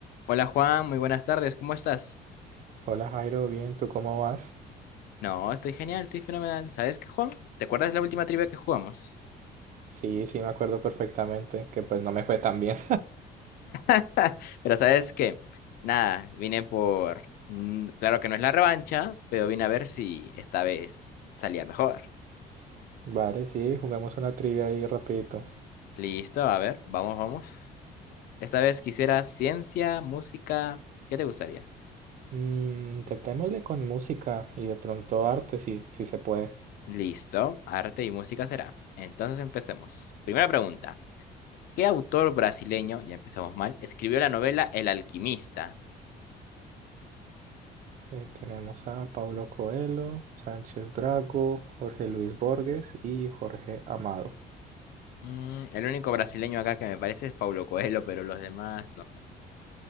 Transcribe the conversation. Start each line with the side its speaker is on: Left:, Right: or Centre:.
Left: Hola Juan, muy buenas tardes, ¿cómo estás?
Right: Hola Jairo, bien, ¿tú cómo vas?
Left: No, estoy genial, estoy fenomenal. ¿Sabes qué, Juan? ¿Te acuerdas la última trivia que jugamos?
Right: Sí, sí, me acuerdo perfectamente, que pues no me fue tan bien.
Left: <laughs> Pero ¿sabes qué? Nada, vine por... mm, Claro que no es la revancha, pero vine a ver si esta vez salía mejor.
Right: <laughs> Vale, sí, juguemos una trivia ahí rapidito.
Left: Listo, a ver, vamos, vamos. Esta vez quisiera ciencia, música, ¿qué te gustaría?
Right: Mm, intentémosle con música y de pronto arte, sí, sí se puede.
Left: Listo, arte y música será. Entonces empecemos. Primera pregunta. ¿Qué autor brasileño, ya empezamos mal, escribió la novela El alquimista?
Right: Eh, tenemos a Paulo Coelho, Sánchez Drago, Jorge Luis Borges y Jorge Amado.
Left: Mm, el único brasileño acá que me parece es Paulo Coelho, pero los demás no sé.